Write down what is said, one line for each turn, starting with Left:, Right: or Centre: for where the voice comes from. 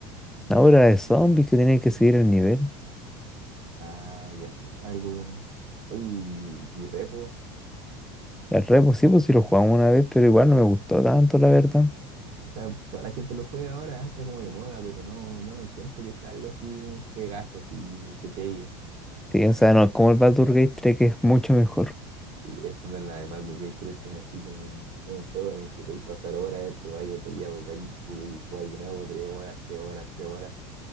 Centre: Ahora de zombies que tenía que seguir el nivel.
Right: Ah, ya, ya, algo. Oye, y, y repo.
Centre: El repo sí, pues sí lo jugamos una vez, pero igual no me gustó tanto, la verdad.
Right: O sea, toda la gente lo juega ahora, está como de moda, pero no, no lo encuentro que sea algo así, un juegazo, así que te pegue.
Centre: Sí, o sea, no es como el Baldur's Gate 3 que es mucho mejor.
Right: Sí, eso es verdad, el Baldur's Gate tres tiene así como un, es un juego en el que podéis pasar horas, te vais otro día, volváis, jugáis, jugáis de nuevo, tres horas, tres horas, tres horas,